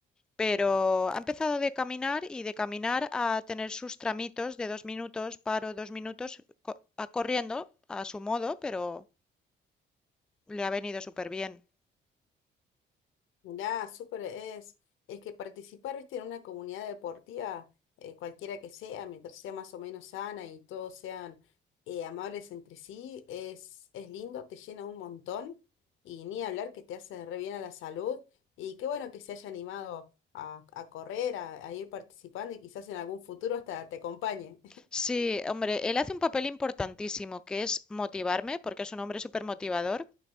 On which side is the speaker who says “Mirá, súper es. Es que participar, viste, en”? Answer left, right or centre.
Left